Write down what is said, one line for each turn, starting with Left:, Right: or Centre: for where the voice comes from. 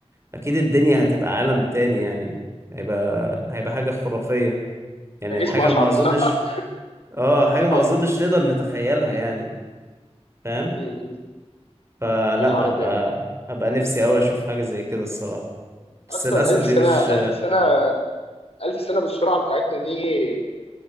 Right: اكيد الدنيا هتبقى عالم تاني يعني هيبقى هيبقى حاجة خرافية يعني
Left: انا جسمي
Right: حاجة
Left: اشعر
Right: ما اظنش
Left: بصراحه <laughs>
Right: اه حاجة ما
Left: اه
Right: اظنش نقدر نتخيلها يعني فاهم
Left: مم. مم.
Right: فلا
Left: يا نهار ابيض
Right: هبقى هبقى نفسي اوي اشوف حاجة زي كده الصراحة بس
Left: اصلا
Right: للأسف
Left: 1000
Right: دي
Left: سنه
Right: مش
Left: 1000 سنه 1000 سنه بالسرعه بتاعتنا دي